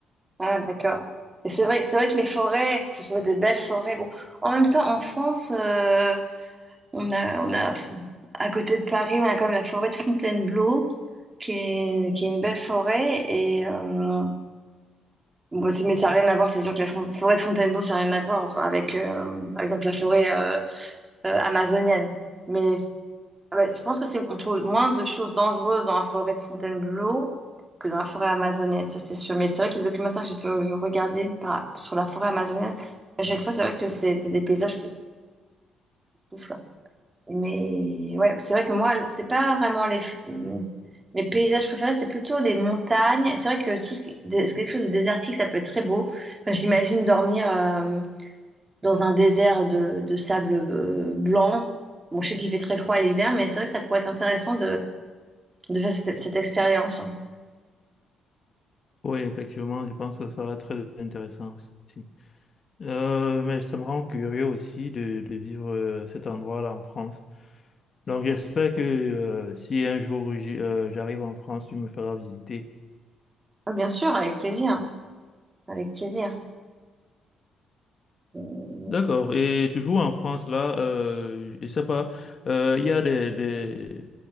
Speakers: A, on the right (about 20°); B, on the left (about 40°).
A: Ah, d'accord. Et c'est vrai, c'est vrai que les forêts, tu trouver des belles forêts. Bon, en même temps, en France, euh, on a, on a, à côté de Paris, on a quand même la forêt de Fontainebleau, qui est, qui est une belle forêt. Et euh, bon, c'est- mais ça n'a rien à voir. C'est sûr que la fon- forêt de Fontainebleau, ça n'a rien à voir avec, euh, par exemple, la forêt euh, euh, amazonienne. Mais Ah bah, je pense que c'est, on trouve moins de choses dangereuses dans la forêt de Fontainebleau que dans la forêt amazonienne, ça c'est sûr. Mais c'est vrai que les documentaires que j'ai pu regarder par- sur la forêt amazonienne, à chaque fois, c'est vrai que c'était des paysages fou- ouf, là. Mais ouais, c'est vrai que moi, c'est pas vraiment les, hum, mes paysages préférés, c'est plutôt les montagnes. Et C'est vrai que tout ce qui dé- quelque chose de désertique, ça peut être très beau. Enfin, j'imagine dormir euh, dans un désert de, de sable euh, blanc. Bon, je sais qu'il fait très froid à l'hiver, mais c'est vrai que ça pourrait être intéressant de faire cette, cette expérience.
B: Oui, effectivement, je pense que ça sera très intéressant aussi. Euh, mais ça me rend curieux aussi de, de vivre euh, cet endroit-là en France. Donc, j'espère que euh, si un jour j'y- euh, j'arrive en France, tu me feras visiter.
A: Ah, bien sûr, avec plaisir, avec plaisir. Euh,
B: D'accord. Et toujours en France, là, euh, je sais pas, euh, il y a des, des,